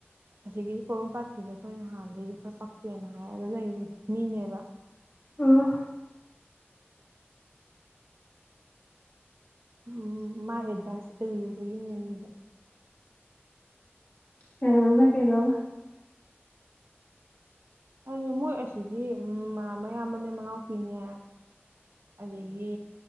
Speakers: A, on the right; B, on the left.
A: ꯑꯁꯤꯒꯤꯖ ꯄꯣꯔꯣꯝꯄꯥꯥꯠꯀꯤꯁꯦ ꯑꯩꯈꯣꯏꯅ ꯍꯥꯟꯗꯩꯁꯨ ꯈꯔ ꯄꯛꯇꯦꯅ ꯍꯥꯏꯔꯒ ꯂꯩꯕ ꯃꯤꯅꯦꯕ
B: ꯎꯝ
A: ꯎꯝ ꯃꯥꯥꯏ ꯑꯦꯗꯚꯥꯏꯁ ꯏꯜꯂꯨꯕꯒꯤꯅꯤꯗ
B: ꯀꯩꯅꯣꯃꯦ ꯀꯩꯩꯅꯪꯃ
A: ꯑꯧꯅꯦ ꯃꯣꯏ ꯑꯁꯤꯒꯤ ꯃ ꯃꯌꯥꯝꯕꯅꯦ ꯃꯅꯥꯎꯄꯤꯅꯦ ꯑꯗꯒꯤ